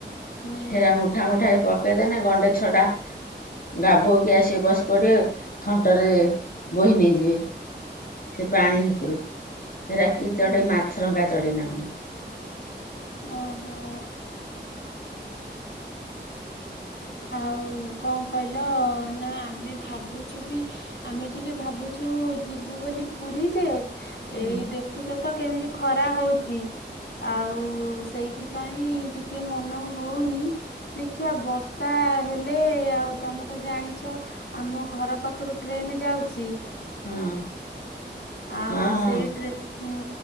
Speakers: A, on the left; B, on the left.
A: ହୁଁ।
B: ହେରା ମୁଠା ମୁଠା ପକେଇଦେନେ ଗଣ୍ଡେ ଛଡା ଗାଭଉକି ଆସି ବସି ପଡିବେ ଥଣ୍ଟରେ ବୋହି ନେଇଯିବେ। ସେ ପାଣି ଭିତରୁ, ସେରା କି
A: ହୁଁ
B: ଚଢେଇ ମାଛରଙ୍କା ଚଢ଼େଇ ନା କଣ।
A: ଓହୋ। <unintelligible> ଆଉ କଣ କହିଲ ନା ଆମେ ଭାବୁଛୁ ବି ଆମେ ଟିକେ ଭାବୁଛୁ ଯିବୁ ବୋଲି ପୁରୀ ଯେ,
B: ହଁ
A: ଏଇ ଦେ ଦେଖୁଚତ କେମିତି ଖରା ହଉଛି। ଆଉ ସେଇଥିପାଇଁ ଟିକେ ମନ ହଉନି। ଦେଖିବା ବର୍ଷା ହେଲେ ଆଉ ତମେ ତ ଜାଣିଚ। ଆମ ଘର ପାଖରୁ ଟ୍ରେନ ଯାଉଛି।
B: ହଁ।
A: ଆଉ
B: ହଁ ହଁ।
A: ସେଇ ଟ୍ରେ, ହୁଁ।